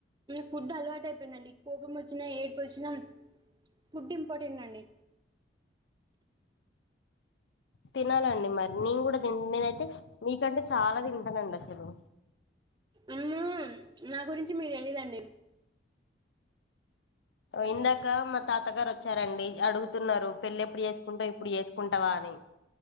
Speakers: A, on the right (about 25°); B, on the left (about 70°).
A: ఫుడ్ అలవాటు అయిపోయిందండి కోపం వచ్చినా ఏడిపు వచ్చినా ఫుడ్ ఇంపార్టెంట్ అండి
B: తినాలండి మరి నేను కూడా తీన్ నేను అయితే నీకంటే చాలా తింటానండి అసలు
A: ఉమ్ నా గురించి మికు తెలిదండి
B: ఇందాక మా తాతగారు వచ్చారండి అడుగుతున్నారు పెళ్లి ఎప్పుడు చేసుకుంటావు ఇప్పుడు చేసుకుంటావా అని